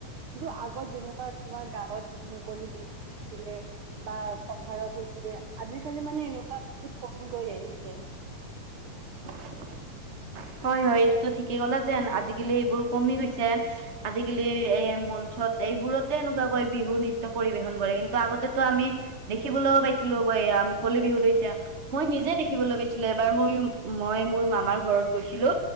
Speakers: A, on the right; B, on the right.
A: কিন্তু আগত যেনেকুৱা তোমাৰ গাঁৱত মুকলি বিহু আছিলে বা পথাৰত হৈছিলে, আজিকালি মানে এনেকুৱা বহুত কমি গৈ আহিছে।
B: <inaudible> হয় হয়, এইটোতো ঠিকেই ক'লে যেন আজিকালি সেইবোৰ কমি গৈছে। আজিকালি এ মন ত এইবোৰতে এনেকুৱাকৈ বিহু নৃত্য পৰিবেশন কৰে কিন্তু আগতেতো আমি দেখিবলৈও পাইছিলোঁ এইয়া মুকলি বিহু এতিয়া। মই নিজে দেখিবলৈ পাইছিলোঁ, এবাৰ মই মই মোৰ মামাৰ ঘৰ গৈছিলো,